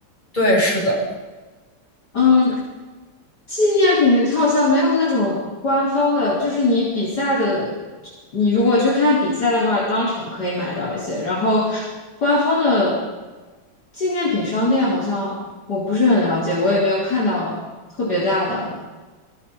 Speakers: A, on the left (about 20°); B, on the left (about 45°).
A: 对，是的。
B: 嗯，纪念品它好像没有那种官方的，就是你比赛的，你如果去看比赛的话，当场可以买到一些。然后官方的纪念品商店好像我不是很了解，我也没有看到特别大的，